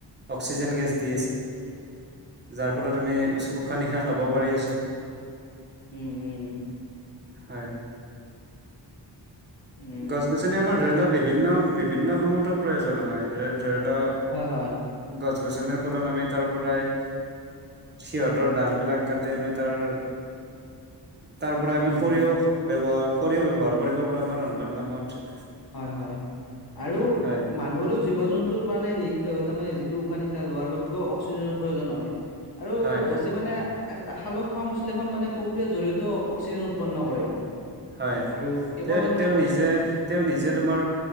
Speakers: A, on the right; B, on the left.
A: অক্সিজেন গেছ দি আছে। যাৰ ফলত আমি উশাহ নিশাহ ল'ব পাৰি আছোঁ।
B: উম উম।
A: হয়।
B: উম
A: গছ গছনিয়ে
B: সেইটোৱে
A: আমাৰ ধৰি লওক বিভিন্ন কামতো প্ৰয়োজন হয় ধৰি লওক
B: হয় হয়।
A: গছ গছনিৰ ফলত আমি তাৰ পৰাই সিহঁতৰ ডাল বিলাক কাটি আমি তাৰ তাৰপৰা আমি
B: উম
A: খৰিও
B: উম
A: ব্যৱহাৰ, খৰিও ব্যৱহাৰ কৰিব পাৰোঁ আমাৰ ৰন্ধন কামত।
B: হয় হয়, আৰু
A: হয়
B: মানুহৰো জী জীৱ জন্তুৰ মানে নিহ অ যিটো উশাহ নিশাহ লোৱাৰ বা অক্সিজেনৰ প্ৰয়োজন হয়, আৰু
A: হয় হয়
B: গছে মানে এটা সালোক সংশ্লেষণ মানে প্ৰক্ৰিয়াৰ জৰিয়তেও অক্সিজেন উৎপন্ন কৰে।
A: হয়,
B: আৰু কেৱল
A: তেওঁ
B: অক্সি
A: নিজে, তেওঁ নিজে
B: উম
A: তোমাৰ